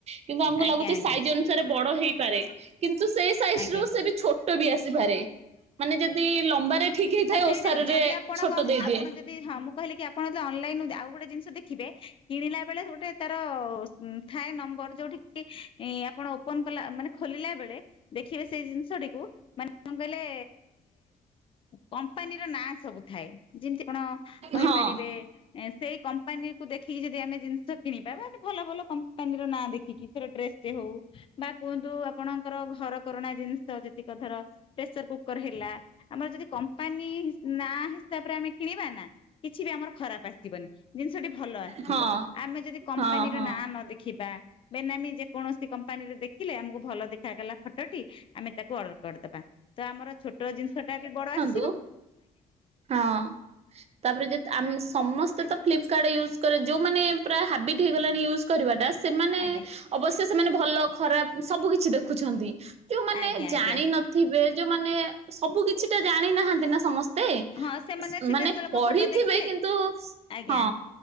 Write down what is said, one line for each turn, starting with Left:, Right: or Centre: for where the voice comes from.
Right: କିନ୍ତୁ ଆମକୁ
Left: ଆଜ୍ଞା
Right: ଲାଗୁଛି
Left: ଆଜ୍ଞା
Right: ସାଇଜ୍ ଅନୁସାରେ ବଡ ହେଇପାରେ। କିନ୍ତୁ ସେଇ ସାଇଜ
Left: ଆଜ୍ଞା
Right: ରୁ ସେ ବି ଛୋଟ ବି ଆସିପାରେ ମାନେ ଯଦି ଲମ୍ବାରେ। ଠିକ୍ ହେଇଥାଏ
Left: ହଁ ସେଇଟା
Right: ଓସାର
Left: ଯଦି
Right: ରେ
Left: ଆପଣ
Right: ଛୋଟ
Left: କଣ
Right: ଦେଇଦିଏ।
Left: ଆପଣ ହଁ ମୁଁ କହିଲି କି ଆପଣ ଯେ ଅନଲାଇନ ରୁ ଆଉ ଗୋଟେ ଜିନିଷ ଦେଖିବେ କିଣିଲା ବେଳେ ଗୋଟେ ତାର। ଥାଏ ନମ୍ବର ଯୋଉଠିି କି ଆପଣ ଓପନ୍ କଲା ମାନେ ଖୋଲିଲା ବେଳେ। ଦେଖିବେ ସେଇ ଜିନିଷଟିକୁ ମାନେ କଣ କହିଲେ। କମ୍ପାନୀର ନାଁ ସବୁ ଥାଏ ଯେମିତି କଣ କହିପାରିବେ।
Right: ହଁ। ହଁ
Left: ସେଇ କମ୍ପାନି କୁ ଦେଖି କି ଆମେ ଯଦି ଜିନିଷ କିଣିବା ବା ଭଲ ଭଲ କମ୍ପାନି ର ନାଁ ଦେଖିକି। ଡ୍ରେସ୍ ଟେ ହୋଉ ବା କୁହନ୍ତୁ ଆପଣଙ୍କର ଘର କରଣା ଜିନିଷ ଜେତିକ ଧର। ପ୍ରେସର କୁକର୍ ହେଲା ଆମର ଯଦି। କମ୍ପାନୀ ନା ହିସାବରେ ଆମେ କିଣିବା ନା କିଛି ବି ଆମର ଖରାପ। ଆସିବନି ଜିନିଷଟି ଭଲ ଆସିବ
Right: ହଁ
Left: ଆମେ ଯଦି କମ୍ପାନୀର
Right: ହଁ ହଁ
Left: ନାଁ ନ ଦେଖିବା। ବେନାମି ଯେ କୌଣସି କମ୍ପାନି ରେ ଦେଖିଲେ ଆମକୁ ଭଲ ଦେଖାଗଲା ଫଟଟି। ଆମେ ତାକୁ ଅର୍ଡର କରିଦବା ତ ଆମର ଛୋଟ ଜିନିଷ ଟା ବି ବଡ଼ ଆସ-
Right: ଦୁ ହଁ। ତାପରେ ଯେତ ଆମେ ସମସ୍ତେ ତ ଫ୍ଲିପକାର୍ଟ ୟୁଜ୍ କରେ ଯୋଉମାନେ ପୁରା ହାବିଟ୍ ହେଇଗଲାଣି ୟୁଜ୍। କରିବାଟା ସେମାନେ
Left: ଆଜ୍ଞା
Right: ଅବଶ୍ୟ ସେମାନେ ଭଲ ଖରାପ ସବୁ କିଛି ଦେଖୁଛନ୍ତି। ଯୋଉମାନେ
Left: ଆଜ୍ଞା
Right: ଜାଣି
Left: ଆଜ୍ଞା
Right: ନଥିବେ ଯୋଉମାନେ ସବୁ କିଛି ଟା ଜାଣି ନାହାନ୍ତି ନା ସମସ୍ତେ। ସ୍ତେ
Left: ହଁ ସେମାନେ ସିଧାସଳଖ
Right: ମାନେ ପଢିଥିବେ
Left: ଫଟୋ ଦେଖିଲେ
Right: କିନ୍ତୁ
Left: ଆଜ୍ଞା
Right: ହଁ।